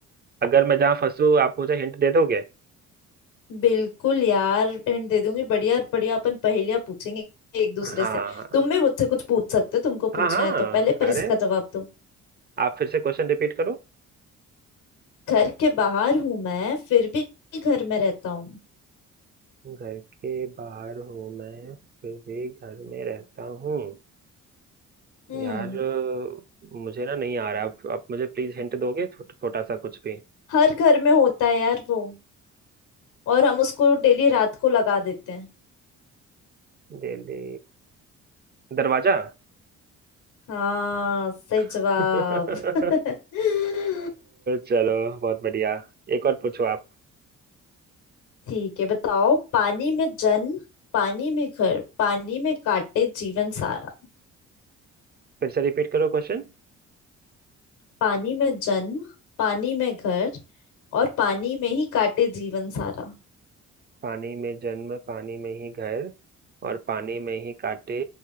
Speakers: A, on the right; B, on the left.
A: अगर मैं जहाँ फंसूँ आप मुझे हिंट दे दोगे
B: बिल्कुल यार हिंट दे दूंगी बढ़िया बढ़िया अपन पहेलियां पूछेंगे एक दूसरे
A: हाँ
B: से तुम भी मुझसे कुछ पूछ सकते हो तुमको
A: हाँ
B: पूछना
A: हाँ
B: है तो पहले पर इसका
A: अरे
B: जवाब दो
A: आप फिर से क्वेश्चन रिपीट करो
B: घर के बाहर हूं मैं फिर भी घर में रहता हूँ
A: घर के बाहर हूँ मैं फिर भी घर में रहता हूँ
B: हम्म
A: यार मुझे ना नहीं आ रहा आप, आप मुझे प्लीज हिंट दोगे छो, छोटा सा कुछ भी
B: हर घर में होता है यार वो और हम उसको डेली रात को लगा देते हैं
A: डेली दरवाजा
B: हाँ सही जवाब
A: <laughs> अ,
B: <laughs>
A: चलो बहुत बढ़िया एक और पूछो आप
B: ठीक है बताओ पानी में जन्म पानी में घर पानी में काटे जीवन सारा
A: फिर से रिपीट करो क्वेश्चन
B: पानी में जन्म पानी में घर और पानी में ही काटे जीवन सारा
A: पानी में जन्म पानी में ही घर और पानी में ही काटे